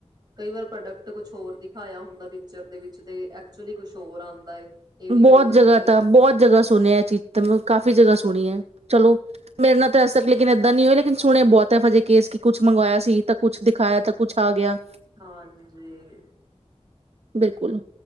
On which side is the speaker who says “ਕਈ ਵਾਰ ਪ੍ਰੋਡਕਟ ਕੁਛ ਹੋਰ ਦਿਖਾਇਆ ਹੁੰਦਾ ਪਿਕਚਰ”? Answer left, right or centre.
Right